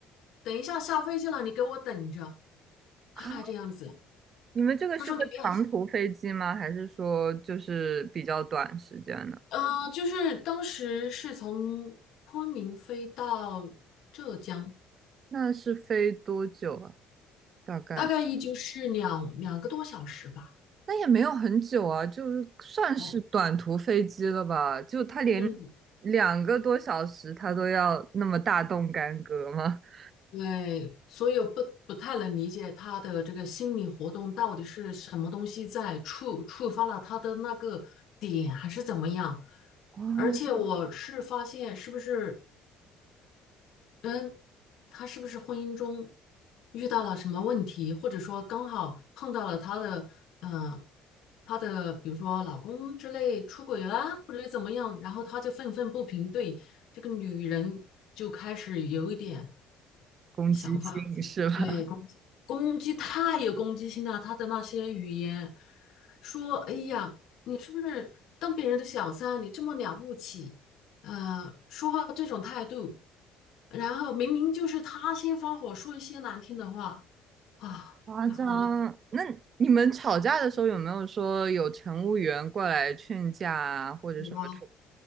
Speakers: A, on the left; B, on the right.
A: 等一下下飞机了，你给我等着，他还这样子，
B: 啊！你们这个是个长途飞机吗？
A: 他说你不要，
B: 还是说就是比较短时间的？
A: 呃，就是当时是从昆明飞到浙江，
B: 那是飞多久啊？大概
A: 大概也就是两两个多小时吧，
B: 那也没有很久啊，就是算是短途飞机了吧？
A: 哎，
B: 就他连
A: 嗯，
B: 两个多小时，他都要那么大动干戈吗？<laughs>
A: 对，所以我不不太能理解他的这个心理活动到底是什么东西在触触发了他的那个点，还是怎么样？
B: 哦，
A: 而且我是发现，是不是嗯，他是不是婚姻中遇到了什么问题，或者说刚好碰到了他的，嗯，他的比如说老公之类出轨啦，或者怎么样，然后他就愤愤不平，对这个女人就开始有一点
B: 攻击性是吧？
A: 想啊法，对，攻击攻击太有攻击性了，他的那些语言说，哎呀，你是不是当别人的小三，你这么了不起？呃，说话这种态度，然后明明就是他先发火，说一些难听的话啊，
B: <laughs> 夸张。
A: 然后我就
B: 那你们吵架的时候有没有说有乘务员过来劝架啊，或者什么处？
A: 有啊，